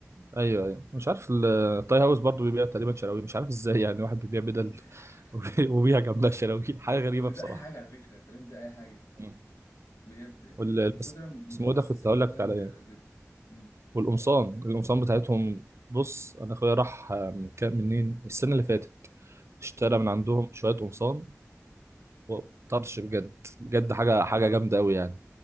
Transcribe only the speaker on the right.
ايوه ايوه مش عارف ال- التاي هاوس برضه بيبيع تقريبا شراويل مش عارف ازاي يعني واحد بيبيع بدل
<laughs> وبي- وبيبيع جنبها شراويل حاجه غريبه
بصراحه
مم.
وال
بس
اسمه إيه ده كنت
هقول
لك
على ايه
والقمصان القمصان بتاعتهم بص انا اخويا راح من كام منين السنه اللي فاتت اشترى
من عندهم شويه قمصان وطرش بجد بجد حاجه حاجه جامده قوي يعني